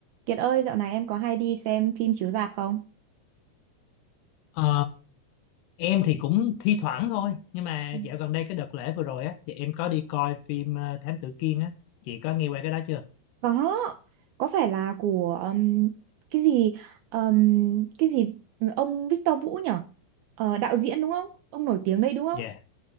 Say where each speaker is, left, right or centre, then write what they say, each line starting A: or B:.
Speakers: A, on the right (about 75°); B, on the left (about 80°).
A: Kiệt ơi, dạo này em có hay đi xem phim chiếu rạp không?
B: Ờ, em thì cũng thi thoảng thôi nhưng mà
A: Ừ.
B: dạo gần đây cái đợt lễ vừa rồi á thì em có đi coi phim ờ, Thám Tử Kiên á chị có nghe qua cái đó chưa
A: Có, có phải là của um, cái gì um, cái gì ông Victor Vũ nhở? Ờ, đạo diễn đúng không? Ông nổi tiếng đây đúng không?
B: dạ